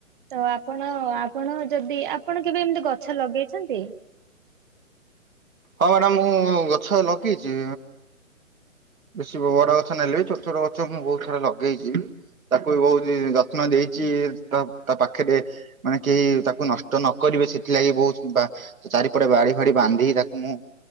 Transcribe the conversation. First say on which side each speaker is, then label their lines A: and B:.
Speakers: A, on the right; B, on the right.
A: ତ ଆପଣ ଆପଣ ଯଦି ଆପଣ କେବେ ଏମିତି ଗଛ ଲଗେଇଛନ୍ତି?
B: ହ ମ୍ୟାଡ଼ାମ ମୁଁ ଗଛ ଲଗେଇଛି। ବେଶୀ ବଡ ଗଛ ନେଲେ ଛୋଟ ଛୋଟ ଗଛ ମୁଁ ବହୁତ ସାରା ଲଗେଇଛି ତାକୁ ବହୁତ ହି ଯତ୍ନ ଦେଇଛି ତା ପାଖରେ ମାନେ କେହି ତାକୁ ନଷ୍ଟ ନ କରିବେ ସେଥିଲାଗି ବହୁତ ଚାରିପଟେ ବାଡି ଫାଡି ବାନ୍ଧି ତାକୁ ମୁଁ